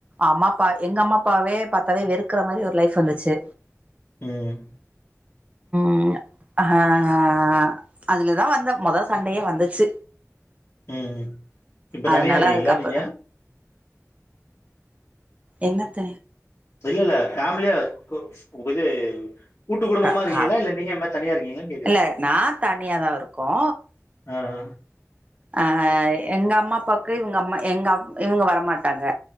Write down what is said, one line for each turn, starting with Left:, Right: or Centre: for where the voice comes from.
Right: அம்மா அப்பா எங்க அம்மா அப்பாவே பாத்தாவே வெறுக்குற மாரி ஒரு லைஃப் வந்துச்சு.
Left: ம்
Right: அ அஹ்ஹ அதுலதா வந்த மொதோ சண்டையே வந்துச்சு
Left: ம். இப்ப
Right: அதனால
Left: தனியா இருக்கீங்களா
Right: அதுக்கப்பு
Left: நீங்க?
Right: என்னத்த
Left: இல்ல இல்ல ஃபேமிலியா கு, இது கூட்டு குடும்பமா
Right: க
Left: இருக்கீங்கள
Right: ஆ
Left: இல்ல நீங்க மெத் தனியா இருக்கீங்களான்னு கேக்குறே
Right: இல்ல நா தனியாதா இருக்கோ
Left: அ அ
Right: அஅ எங்க அம்மா அப்பாக்கு இவங்க அம்மா எங்க அம் இவங்க வரமாட்டாங்க